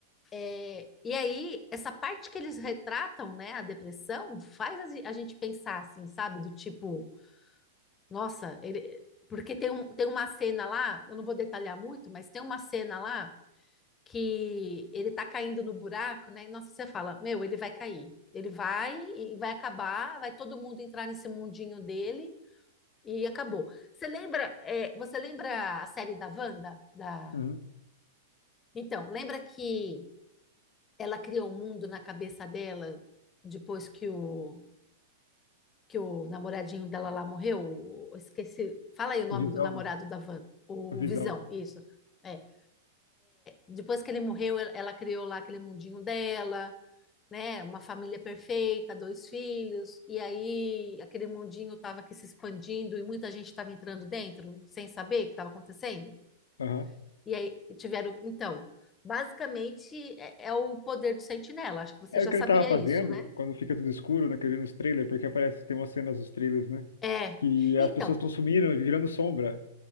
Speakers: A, on the left; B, on the left.
A: é, e aí essa parte que eles retratam, né, a depressão, faz a, ge- a gente pensar assim, sabe? Do tipo, nossa, ele, porque tem, um, tem uma cena lá, eu não vou detalhar muito, mas tem uma cena lá que ele tá caindo no buraco, né? E nossa, você fala, meu, ele vai cair. Ele vai e vai acabar, vai todo mundo entrar nesse mundinho dele e acabou. Você lembra, é, você lembra a série da Wanda? Da...
B: Uhum.
A: Então, lembra que ela criou um mundo na cabeça dela depois que o, que o namoradinho dela lá morreu? O- eu Esqueci. Fala aí o nome
B: Visão.
A: do namorado da Wanda, o
B: Visão.
A: Visão, isso. É. Depois que ele morreu, ela ela criou lá aquele mundinho dela. né? Uma família perfeita, dois filhos, e aí aquele mundinho estava aqui se expandindo e muita gente estava entrando dentro sem saber o que estava acontecendo.
B: Aham.
A: E aí tiveram, então, basicamente é, é o poder do sentinela. Acho que você
B: É
A: já
B: o que
A: sabia
B: ele tava fazendo
A: isso, né?
B: quando fica tudo escuro naquele, nos trailers, porque aparece, tem umas cenas dos trailers, né?
A: É.
B: Que
A: Então,
B: as pessoas estão sumindo e virando sombra.